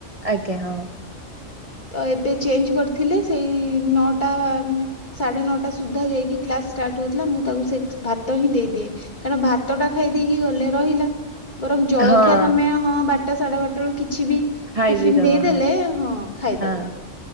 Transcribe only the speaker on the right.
ଆଜ୍ଞା ହଁ।
ହଁ
ଖାଇବି
ଦବ
ହଁ
ହଁ